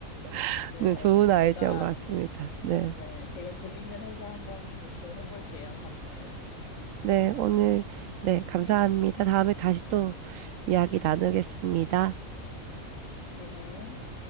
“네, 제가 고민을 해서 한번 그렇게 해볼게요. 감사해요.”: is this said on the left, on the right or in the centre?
Left